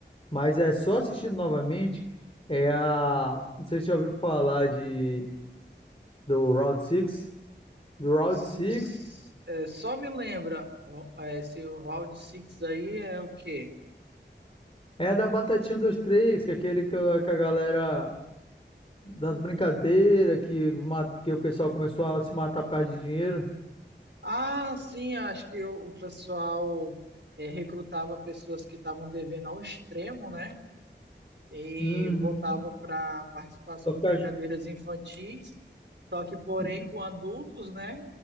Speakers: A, on the left (about 30°); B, on the right (about 75°).
A: mas é só assistindo novamente, é a... Não sei se você já ouviu falar de... do Route Six, Do Route
B: S-
A: Six
B: s- é, só me lembra, ó, é, esse Round Six aí é o quê?
A: é a da Batatinha um, dois três, que é aquele que, a que a galera... das brincadeiras, que, mata- que o pessoal começou a se matar por causa de dinheiro.
B: Ah, sim, acho que o, o pessoal é, recrutava pessoas que estavam devendo ao extremo, né? E
A: Uhum.
B: botava para participar sobre
A: Pra ficar
B: brincadeiras
A: ju-
B: infantis, só que, porém,
A: e-
B: com adultos, né?